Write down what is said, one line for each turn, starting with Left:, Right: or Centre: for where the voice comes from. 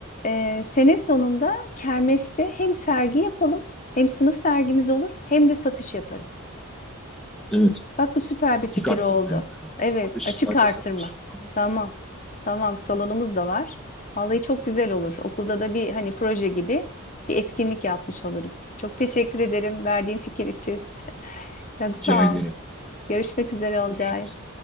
Left: e, sene sonunda kermeste hem sergi yapalım, hem sınıf sergimiz olur, hem de satış yaparız.
Centre: Evet.
Left: Bak bu süper bir
Centre: Açık
Left: fikir
Centre: arttırma
Left: oldu.
Centre: yap bence.
Left: Evet,
Centre: Satış
Left: açık
Centre: sadece
Left: artırma.
Centre: satış. Tamam.
Left: Tamam. Tamam, salonumuz da var. Vallahi çok güzel olur. Okulda
Centre: Evet.
Left: da bir hani proje gibi bir etkinlik yapmış oluruz. Çok teşekkür ederim verdiğin fikir için. Çok
Centre: Rica
Left: sağ
Centre: ederim.
Left: ol. Görüşmek üzere Olcay.
Centre: Görüşürüz.